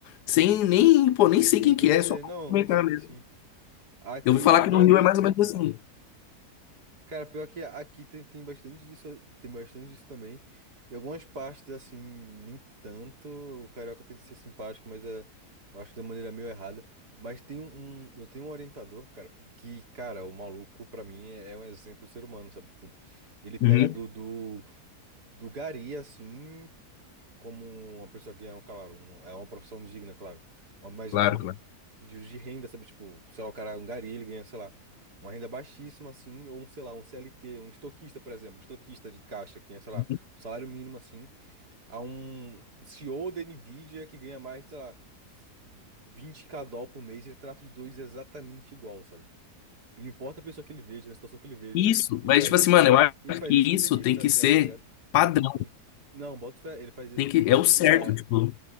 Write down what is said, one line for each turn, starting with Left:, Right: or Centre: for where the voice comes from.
Left: sem nem, pô, nem sei
Right: Nem
Left: quem
Right: conhecer,
Left: que é, é só cumprimentar
Right: não, sim,
Left: mesmo.
Right: sim. Aqui,
Left: Eu ouvi falar
Right: por
Left: que no
Right: aqui.
Left: Rio é mais ou menos assim.
Right: Cara, pior que aqui tem, tem bastante disso, tem bastante disso também. Em algumas partes, assim, nem tanto. O carioca tenta ser simpático, mas é, eu acho de uma maneira meio errada. Mas tem um, um- eu tenho um orientador, cara, que, cara, o maluco, pra mim, é, é um exemplo de ser humano, sabe? Tipo, ele pega
Left: Uhum,
Right: do, do, do gari, assim. como uma pessoa ganha, claro, um- é uma profissão digna, claro. Mas,
Left: claro,
Right: tipo, de
Left: claro.
Right: de de renda, sabe? Tipo, sei lá, o cara é um gari, ele ganha, sei lá, uma renda baixíssima, assim, ou um, sei lá, um CLT, um estoquista, por exemplo, um estoquista de caixa, que ganha, sei lá,
Left: Uhum.
Right: um salário mínimo, assim, a um CEO da Nvidia que ganha mais, sei lá, vinte k dólar por mês, ele trata os dois exatamente igual, sabe? Não importa a pessoa que ele veja, a situação que ele veja,
Left: Isso,
Right: ele
Left: mas
Right: faz
Left: tipo assim,
Right: isso
Left: mano,
Right: que,
Left: eu acho
Right: ele faz
Left: que isso
Right: isso que você disse,
Left: tem
Right: tá,
Left: que
Right: tá
Left: ser
Right: tá ligado?
Left: padrão,
Right: Ele- não, bota fé, ele faz isso
Left: tem
Right: que
Left: que,
Right: você disse,
Left: é o certo,
Right: tipo, dá
Left: tipo.